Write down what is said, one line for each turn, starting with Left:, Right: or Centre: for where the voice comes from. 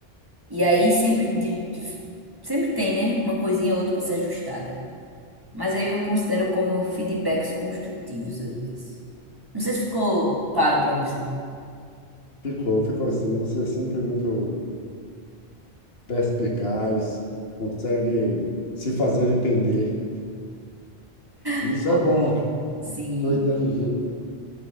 Right: E aí sempre, de- de- sempre tem, né? Uma coisinha ou outra para ser ajustada. Mas aí eu considero como feedbacks construtivos, às vezes. Não sei se ficou claro para você.
Left: ficou, ficou assim. Você é sempre muito perspicaz, consegue se fazer entender. Isso
Right: Ficou?
Left: é bom.
Right: Sim,
Left: Sou inteligente,